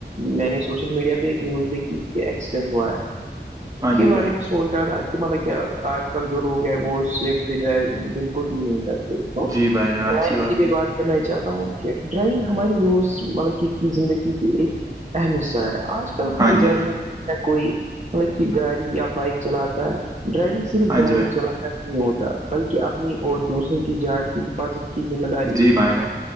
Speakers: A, on the right; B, on the right.
A: میں نے سوشل میڈیا پہ ایک نیوز دیکھی ایکسیڈینٹ ہوا ہے اس
B: ہاں
A: کے
B: جی
A: بارے
B: بھائی
A: میں سوچھ رہا تھا کہ مطلب کیا آج کل جو لوگ ہیں وہ سیفٹی ڈرائیونگ بالکل بھی نہیں کرتے تو
B: جی بھائی جان اچھی
A: میں کی بھی
B: کہی
A: بات کرنا چاہتا ہوں کہ ڈرائنگ ہماری روز مطلب زندگی کی ایک اہمص آج کل
B: ہاں
A: ہر
B: جی
A: گھر
B: بھائی
A: میں کوئی مطلب کہ گاڑی یا بائک چلاتا ہے ڈرائیونگ صرف
B: ہاں
A: گاڑی
B: جی بھائی
A: چلاتا ہے نہیں ہوتا بلکہ اپنی اور دوسروں کی جان کی حفاظت کی ذمہ داری بھی
B: جی بھائی جان